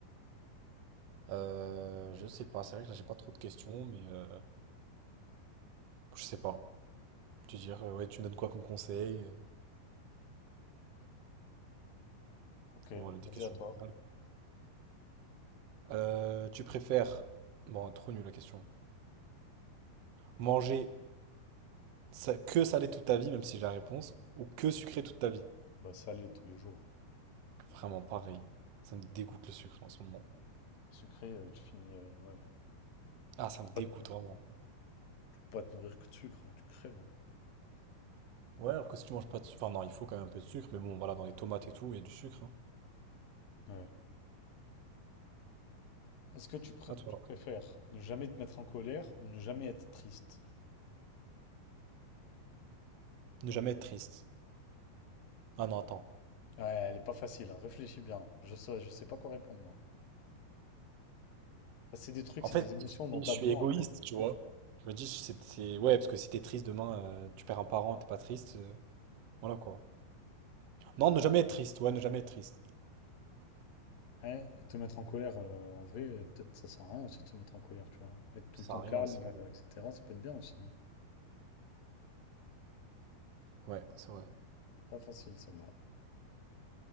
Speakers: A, on the right; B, on the left.
A: Euh, je sais pas, c'est vrai que là j'ai pas trop de questions, mais euh, je sais pas. Tu veux dire, euh, ouais, tu me donnes quoi comme conseil? euh,
B: Ok,
A: Pour avoir
B: vas-y
A: des questions
B: à toi.
A: générales, quoi. Euh, tu préfères. Bon, trop nul la question. Manger sa- que salé toute ta vie, même si j'ai la réponse, ou que sucré toute ta vie.
B: Bah, salé tous les jours.
A: Vraiment pareil. Ça me dégoûte le sucre en ce moment.
B: Sucré, euh, tu finis. euh, ouais.
A: Ah, ça me dégoûte
B: Pas te, faut
A: vraiment.
B: pas te nourrir que de sucre, hein, tu crèves. hein.
A: Ouais, alors que si tu manges pas de sucre, enfin non, il faut quand même un peu de sucre, mais bon, voilà, dans les tomates et tout, il y a du sucre. hein.
B: Ouais. Est-ce que tu, pré-
A: à toi.
B: tu préfères ne jamais te mettre en colère ou ne jamais être triste?
A: Ne jamais être triste. Ah non, attends.
B: Ouais, elle est pas facile, hein, Réfléchis bien. Je sais, je sais pas quoi répondre, moi. Parce que c'est des trucs,
A: En
B: c'est
A: fait,
B: des émotions dont
A: si
B: t'as
A: je suis
B: besoin,
A: égoïste,
B: en fait.
A: tu vois. Je me dis, si c'est, c'est- ouais, parce que si t'es triste demain, euh, tu perds un parent, t'es pas triste. euh, voilà quoi. Non, ne jamais être triste, ouais, ne jamais être triste.
B: Ouais, et te mettre en colère, euh, en vrai, euh, peut-être ça sert à rien aussi de se mettre en colère, tu vois. Être tout
A: Ça
B: le temps
A: sert à rien,
B: calme,
A: ouais, c'est vrai.
B: euh, etc., ça peut être bien aussi, hein.
A: Ouais, c'est vrai.
B: Pas facile, celle-là.